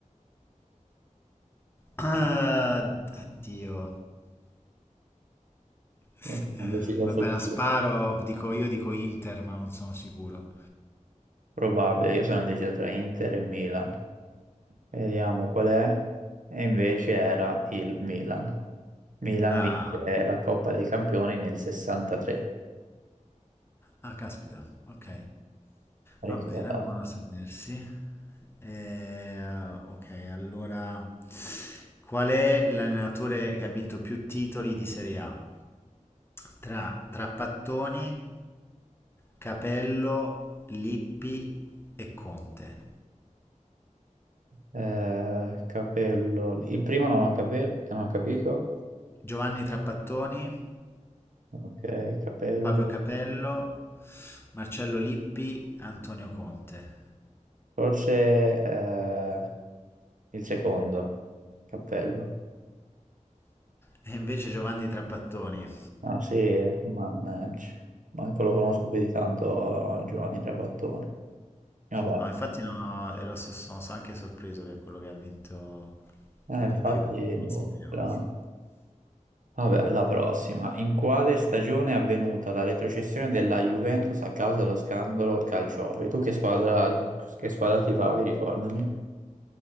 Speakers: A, on the left (about 15°); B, on the right (about 75°).
A: Ah,
B: Eh,
A: addio. S-
B: Io sono
A: eh,
B: deciso
A: Vabbè,
B: su due.
A: la sparo, dico io, dico Inter, ma non sono sicuro.
B: Probabile, io sono indeciso tra Inter e Milan. Vediamo qual è. E invece era il Milan. Milan
A: Ah.
B: vince la Coppa dei Campioni nel 63,
A: Ah, caspita, ok.
B: parecchio
A: Va bene,
B: datato.
A: buono a sapersi. Eh, ok, allora, qual è l'allenatore che ha vinto più titoli di Serie A? Tra Trapattoni, Capello, Lippi e Conte.
B: Eh, capello. Il primo non ho, capelli, non ho capito.
A: Giovanni Trapattoni,
B: Ok, capello.
A: Fabio Capello, Marcello Lippi, Antonio Conte.
B: Forse eh, il secondo. Cappello.
A: E invece Giovanni Trapattoni
B: Ah sì, mannaggia. Manco lo conosco più di tanto eh, Giovanni Trapattoni. Vabbè,
A: No, infatti no, ero, so- sono so- anche sorpreso che è quello che ha vinto
B: eh,
A: di
B: infatti,
A: più. Non
B: boh,
A: lo sapevo
B: strano.
A: questo.
B: Vabbè, la prossima. In quale stagione è avvenuta la retrocessione della Juventus a causa dello scandalo calciofero? Tu che squadra, che squadra tifavi, ricordami?